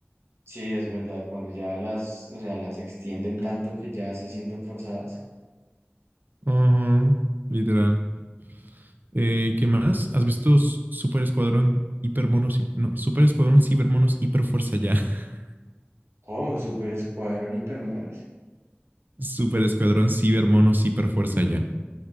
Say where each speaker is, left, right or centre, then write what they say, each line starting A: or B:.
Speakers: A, on the right (about 80°); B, on the right (about 45°).
A: Sí, es verdad, cuando ya las, o sea, las extienden tanto que ya se sienten forzadas.
B: Ajá, literal. Eh, ¿qué más? ¿Has visto S- Super Escuadrón Hipermonos? Hi- No, Super Escuadrón Cibermonos Hiperfuerza Ya. <laughs>
A: ¿Cómo? ¿Super Escuadrón Hipermonos?
B: Super Escuadrón Cibermonos Hiperfuerza Ya.